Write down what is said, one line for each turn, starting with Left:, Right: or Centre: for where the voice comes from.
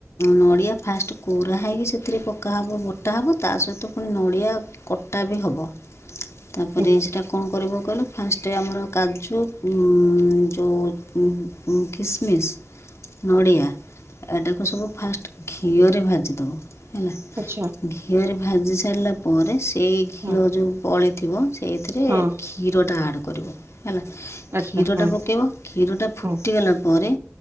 Left: ନଡ଼ିଆ ଫାଷ୍ଟ କୋରା ହେଇକି ସେ ଥିରେ ପକା ହେବ ବଟା ହେବ ତା ସହିତ ପୁଣି ନଡ଼ିଆ କଟା ବି ହବ। ତାପରେ
Right: ଆଚ୍ଛା।
Left: ସେଇଟା କଣ କରିବ କହିଲ ଫାଷ୍ଟ ଆମର କାଜୁ ଉ ଯଉ ମ ମ ନ କିସ୍ ମିସ୍ ନଡ଼ିଆ ଏଟାକୁ ସବୁ ଫାଷ୍ଟ ଘିଅରେ ଭାଜି ଦେବୁ ହେଲା
Right: ଆଚ୍ଛା
Left: ଘିଅରେ ଭାଜି ସାରିଲା ପରେ ସେଇ ଘିଅ
Right: ହଁ
Left: ଜୋଉ ବଳିଥିବ ସେଇଥିରେ
Right: ହଁ
Left: କ୍ଷୀରଟା ଆଡ଼ କରିବ ହେଲା
Right: ଆଚ୍ଛା
Left: କ୍ଷୀରଟା
Right: ହଁ
Left: ପକେଇବ କ୍ଷୀରଟା ଫୁଟିଗଲା
Right: ହଁ
Left: ପରେ